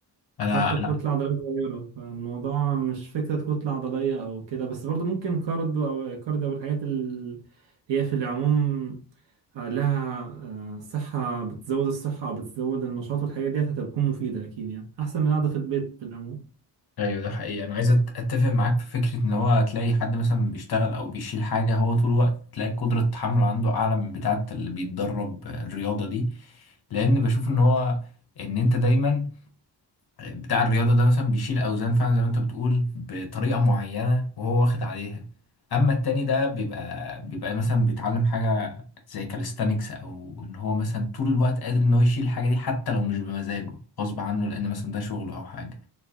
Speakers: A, on the left (about 55°); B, on the right (about 75°).
A: انا
B: حتى بكتلة
A: انا
B: عضلية صغيرة فالموضوع مش فكرة كتلة عضلية أو كده بس برضو ممكن كاردو أو كارديو أو الحاجات اللي هي في العموم آه، لها آه، صحة بتزود الصحة أو بتزود النشاط والحاجات ديت هتكون مفيدة أكيد يعني أحسن من قاعدة في البيت في العموم
A: ايوه ده حقيقي انا عايز أت- اتفق معاك في فكره ان هو تلاقي حد مثلا بيشتغل او بيشيل حاجه هو طول الوقت تلاقي قدره التحمل عنده اعلى من بتاعه اللي بيتدرب الرياضه دي لان بشوف ان هو ان انت دايما بتاع الرياضه ده مثلا بيشيل اوزان فعلا زي ما انت بتقول بطريقه معينه وهو واخد عليها اما التاني ده بيبقى بيبقى مثلا بيتعلم حاجه زي كاليستانكس او ان هو مثلا طول الوقت قادر ان هو يشيل الحاجه دي حتى لو مش بمزاجه غصب عنه لان مثلا ده شغله او حاجه